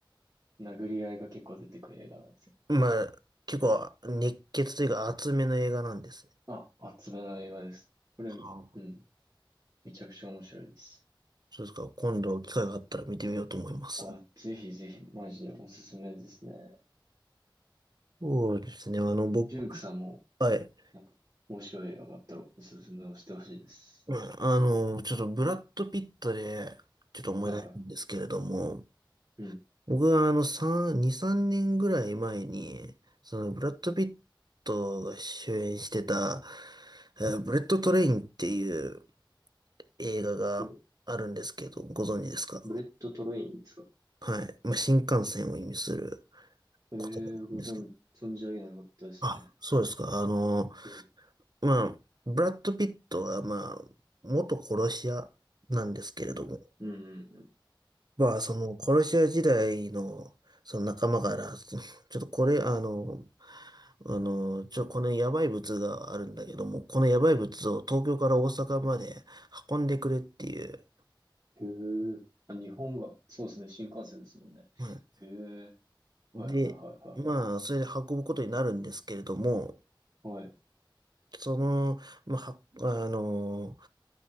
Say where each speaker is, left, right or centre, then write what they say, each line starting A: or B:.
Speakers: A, on the right; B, on the right.
A: 殴り合いが結構出てくる映画なんですよ。
B: まあ、結構熱血というか厚めの映画なんですね。
A: あ、厚めの映画です。これ、
B: はあ、
A: うん、めちゃくちゃ面白いです。
B: そうですか。今度機会があったら見てみようと思います。
A: あ、ぜひぜひ、マジでおすすめですね。
B: そうですね。あの、僕、
A: ジュンクさんも、
B: はい。
A: なんか、面白い映画があったらおすすめをしてほしいです。
B: うんあの、ちょっとブラッド・ピットで、ちょっと思い出したんですけれども、
A: はいはい。うん。
B: 僕はあの、3、2、3年ぐらい前に、その、ブラッド・ピットが主演してた、えーブレッド・トレインっていう映画があるんですけど、
A: ブレ、
B: ご存知ですか
A: ブレット・トレインですか
B: はい。まあ、新幹線を意味する
A: ええー、
B: 言葉なんですけど。
A: ご存、存じ上げなかったですね。
B: あ、そうですか。あの、
A: うん、
B: まあ、ブラッド・ピットが、まあ、元殺し屋なんですけれども、
A: うん、うん、うん
B: まあ、その、殺し屋時代の、その仲間から、<laughs> そのちょっとこれ、あの、あの、ちょ、このやばい物があるんだけども、このやばい物を東京から大阪まで運んでくれっていう。
A: うん。へえ。あ、日本が、そうですね、新幹線ですもんね。
B: うん
A: へえ。はいはいはいは
B: で、まあ、それで運ぶことになるんですけれども、
A: いはい。はい。
B: その、まあ、はあの、